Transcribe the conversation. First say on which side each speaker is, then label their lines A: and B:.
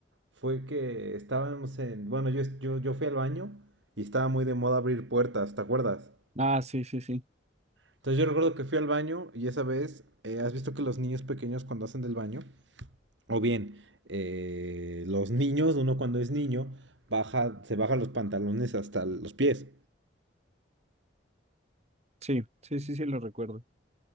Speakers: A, on the right (about 80°); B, on the right (about 35°).
A: fue que estábamos en... Bueno, yo, yo, yo fui al baño y estaba muy de moda abrir puertas, ¿te acuerdas?
B: Ah, sí, sí, sí,
A: Entonces yo recuerdo que fui al baño y esa vez, eh, has visto que los niños pequeños cuando hacen del baño, o bien eh, los niños, uno cuando es niño, baja, se baja los pantalones hasta los pies.
B: sí, sí, sí, sí, lo recuerdo.